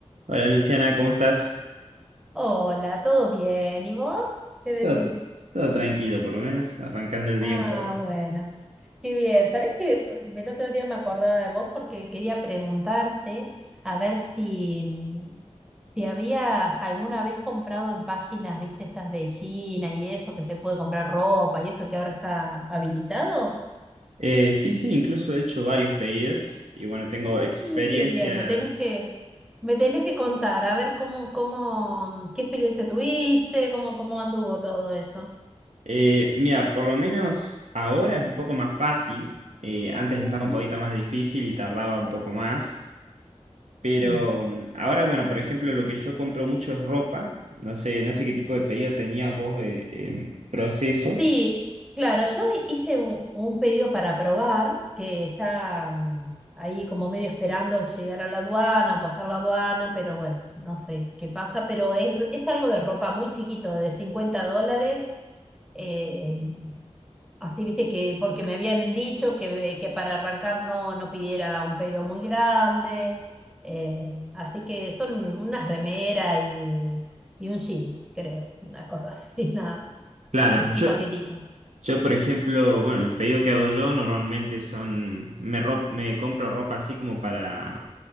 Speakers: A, on the right (about 75°); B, in the centre.
A: Hola Luciana, ¿cómo estás?
B: Hola, ¿todo bien? ¿Y vos? ¿Qué decís?
A: Todo, todo tranquilo, por lo menos, arrancando el día
B: Ah,
A: un poco.
B: bueno, qué bien. ¿Sabés que el otro día me acordaba de vos porque quería preguntarte a ver si, mm, si habías alguna vez comprado en páginas, viste, estas de China y eso, que se puede comprar ropa y eso que ahora está habilitado?
A: Eh, sí, sí, incluso he hecho varios pedidos y bueno, tengo
B: Uy,
A: experiencia.
B: qué bien, me tenés que, me tenés que contar, a ver cómo, cómo, mm, qué experiencia tuviste, cómo, cómo anduvo todo eso.
A: Eh, mira, por lo menos ahora es un poco más fácil. Eh, antes
B: Ujú.
A: estaba un poquito más difícil y tardaba un poco más. Pero
B: Sí.
A: mm, ahora, bueno, por ejemplo, lo que yo compro mucho es ropa. No sé, no sé qué tipo de pedido tenías vos eh, en proceso.
B: Sí, claro, yo hice un, un pedido para probar que está mm, ahí como medio esperando llegar a la aduana, pasar la aduana, pero bueno, no sé qué pasa, pero es, es algo de ropa muy chiquito, de 50 dólares. eh, así viste que, porque me habían dicho que, que para arrancar no, no pidiera un pedido muy grande, eh, así que son unas remeras y, y un jean, creo, una cosa así, <laughs> nada,
A: Claro,
B: es un
A: yo,
B: paquetito.
A: Yo, por ejemplo, bueno, los pedidos que hago yo normalmente son, me, ro- me compro ropa así como para,